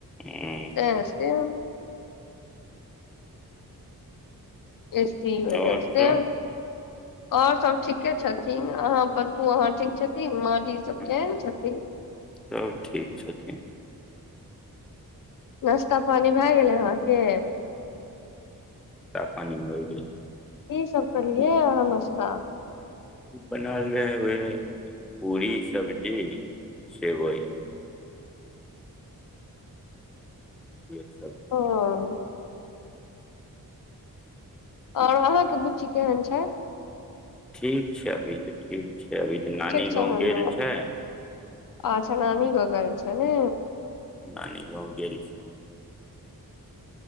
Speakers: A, in the centre; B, on the left.
A: हूँ
B: त से एसी वजह
A: आओर
B: से।
A: सब
B: और सब ठीके छथिन अहाँ बजियो अहाँं ठीक छि? मजी सब
A: हूं,
B: केहेन छथिन?
A: सब ठीक छथिन
B: नाश्ता पानि भए गेलै अहाँके?
A: पानि मोर गेल
B: की सब करलियै अहाँनस्ता
A: बनाल नै आवै य पूरी सब्जी सेवइ इहे सब
B: हँ और अहाँके बुच्ची केहन छै
A: ठीक छै अभी तऽ ठीक छै अभी तऽ नानी
B: ठीक छै
A: गाँव
B: ननू
A: गेल छै
B: अच्छा नानी गाँव गैल छै नै
A: नानी‌ गाँव गेल छैय